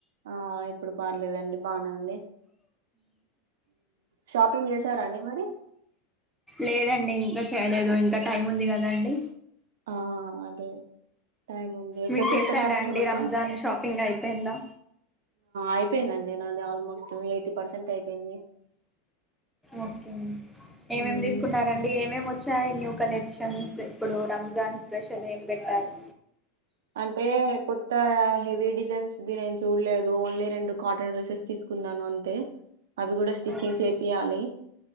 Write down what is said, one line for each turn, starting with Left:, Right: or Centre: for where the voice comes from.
Right: ఆ ఇప్పుడు పర్లేదండి బానే ఉంది షాపింగ్ చేసారాండి మరి
Centre: లేదండి ఇంకా చేయలేదు ఇంకా టైం ఉంది కదా అండి
Right: ఆ అదే టైమ్ ఉంది ఎక్కు
Centre: మీరు
Right: చేస్తారు
Centre: చేసారా
Right: మేడం
Centre: అండి
Right: మీరు ఎక్కువా,
Centre: రంజాన్ షాపింగ్ అయిపోయిందా
Right: అయిపోయిందండి నాది ఆల్మోస్ట్ ఎయిటి పర్సెంట్ అయిపోయింది
Centre: ఓకే ఏమేం
Right: మ్మ్
Centre: తీసుకున్నారండి ఏమేమి వచ్చాయి న్యూ కలెక్షన్స్ ఇప్పుడు రంజాన్ స్పెషల్ ఏం పెట్టారు
Right: అంటే కొత్త హెవీ డిజైన్స్ది నేను చూడలేదు ఓన్లీ రెండు కాటన్ డ్రెసెస్ తీసుకున్నాను అంతే అవి కూడ స్టిచ్చింగ్
Centre: ఓకే
Right: చేపియాలి